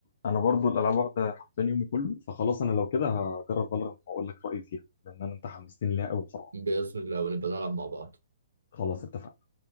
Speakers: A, on the left; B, on the right.
A: انا برضو الالعاب واخده حرفيا يومي كله فخلاص انا لو كده هجرب فالورانت واقول لك رايي فيها لان انا انت حمستني ليها قوي بصراحه
B: بإذن الله ونبقى نلعب مع بعض
A: خلاص اتفقنا